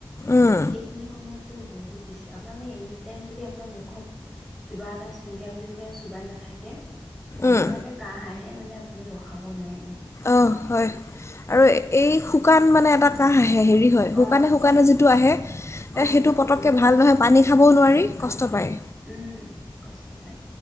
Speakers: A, on the left; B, in the centre.
A: উম,
B: সেইখিনি সময়তটো বহুত বেছি। আপোনাৰ মানে এনি টাইম যদি আপোনাৰ মুখত কিবা এটা চুইন গাম তুইন গাম চোবাই নাথাকে এনেকুৱাকৈ
A: উম,
B: কাঁহ আহে মানে আপুনি ৰখাব নোৱাৰে মানে।
A: অ, হয় আৰু এই শুকান মানে এটা কাহ আহে হেৰি হয়। শুকানে
B: অঁ
A: শুকানে যিটো আহে।
B: অঁ
A: সেইটো
B: বুকুত
A: পতককে
B: বহুত কষ্ট
A: ভাল নহয়।
B: পায়তো
A: পানী
B: সেইটোৱে
A: খাবও নোৱাৰি,
B: ভাল
A: কষ্ট
B: নহয়
A: পায়।
B: উম কষ্ট পায়